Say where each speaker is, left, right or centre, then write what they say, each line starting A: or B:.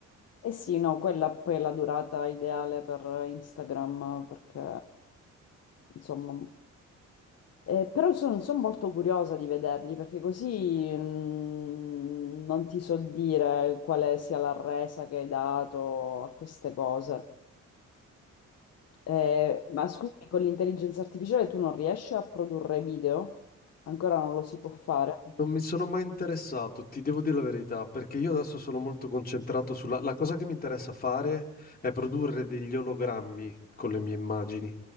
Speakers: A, on the left; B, on the left.
A: Eh sì, no, quella poi è la durata ideale per Instagram, perché, insomma, Eh, però sono, sono molto curiosa di vederli perché così mm, non ti so dire quale sia la resa che hai dato a queste cose. Eh, ma scusami, con l'intelligenza artificiale tu non riesci a produrre video? Ancora non lo si può fare?
B: Non mi sono mai interessato, ti devo dire la verità, perché io adesso sono molto concentrato sulla... La cosa che mi interessa fare è produrre degli ologrammi con le mie immagini